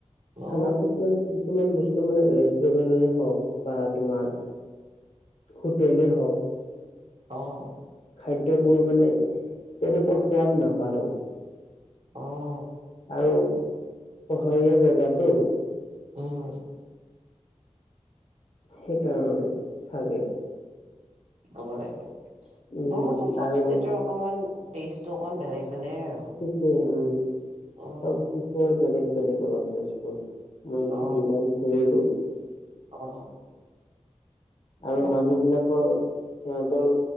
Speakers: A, on the right (about 70°); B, on the left (about 60°).
A: অ
B: খানাটোত মানে কিছুমান বস্তু মানে ৰেষ্টুৰেণ্টৰে হওক বা তোমাৰ হোটেলে হওক
A: অ'।
B: খাদ্যবোৰ মানে তেনেকুৱা সোৱাদ নাপালোঁ।
A: অ'।
B: আৰু পহাৰীয়া জাগাটো
A: উম।
B: সেইকাৰণে চাগে।
A: হ'ব লাগে।
B: উম
A: মোৰ মতে চব
B: আৰু
A: ষ্টেটৰ অকমান টেষ্টটো অকমান বেলেগ বেলেগ আৰু।
B: সেইটোৱে উম।
A: উম
B: চব <unintelligible> বেলেগ বেলেগ অলপ টেষ্টবোৰ। মই
A: অ
B: যিমান ঘূৰিলো
A: অ'
B: আৰু
A: মোক
B: মানুহ বিলাকৰ, সিহঁতৰ